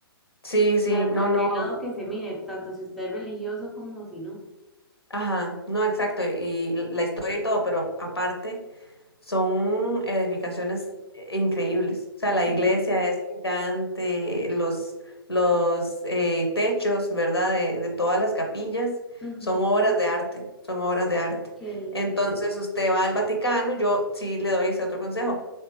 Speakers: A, on the left; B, in the centre.
A: Sí, sí,
B: para
A: no,
B: cualquier
A: no,
B: lado que se mire, tanto si usted es religioso como si no.
A: ajá, no, exacto, y la historia y todo, pero aparte, Son edificaciones eh, increíbles. O sea,
B: Ujú,
A: la iglesia es gigante, los, los eh, techos, ¿verdad? De, de todas las capillas
B: ujú.
A: son obras de arte, son obras de arte.
B: Qué lindo.
A: Entonces usted va al Vaticano, yo sí le doy ese otro consejo,